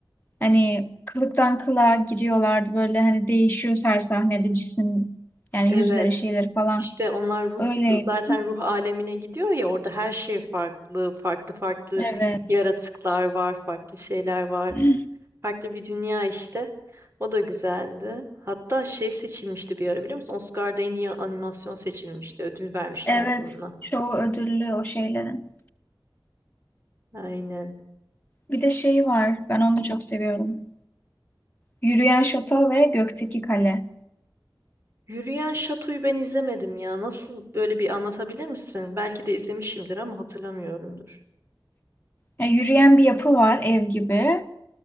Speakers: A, on the left; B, on the right.
A: Hani kılıktan kılığa gidiyorlardı böyle hani değişiyor her sahnede cisim yani
B: Evet.
A: yüzleri şeyleri falan.
B: İşte onlar ruh
A: Öyleydi.
B: zaten ruh alemine gidiyor ya orada her şey farklı, farklı farklı
A: Evet.
B: yaratıklar var, farklı şeyler var.
A: <clears throat>
B: Farklı bir dünya işte. O da güzeldi. Hatta şey seçilmişti bir ara biliyor musun? Oscar'da en iyi animasyon seçilmişti. Ödül vermişlerdi
A: Evet,
B: ona.
A: çoğu ödüllü o şeylerin.
B: Aynen.
A: Bir de şeyi var, ben onu da çok seviyorum. Yürüyen şato ve gökteki kale.
B: Yürüyen Şato'yu ben izlemedim ya. Nasıl böyle bir anlatabilir misin? Belki de izlemişimdir ama hatırlamıyorumdur.
A: Yani yürüyen bir yapı var ev gibi.